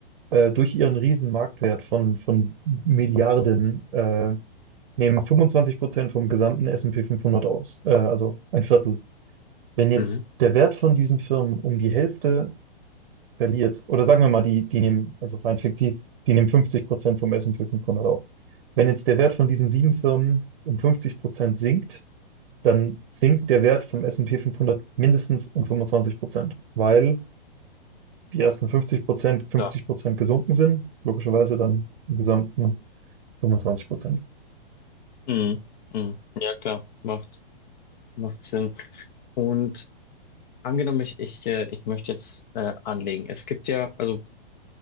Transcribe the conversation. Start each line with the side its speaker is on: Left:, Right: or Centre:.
Right: äh, durch ihren riesen Marktwert von, von Milliarden äh, nehmen 25 Prozent vom gesamten S&P 500 aus, äh, also ein Viertel wenn jetzt
Left: Mhm.
Right: der Wert von diesen Firmen um die Hälfte verliert, oder sagen wir mal, die, die nehmen, also rein fiktiv, die nehmen 50 Prozent vom S&P 500 auf. Wenn jetzt der Wert von diesen sieben Firmen um 50 Prozent sinkt, dann sinkt der Wert vom S&P 500 mindestens um 25 Prozent, weil die ersten 50 Prozent 50
Left: Klar.
Right: Prozent gesunken sind, logischerweise dann im Gesamten 25 Prozent.
Left: Mhm. Mhm. Ja, klar. Macht, macht Sinn. Und angenommen, ich, ich, äh, ich möchte jetzt äh, anlegen. Es gibt ja, also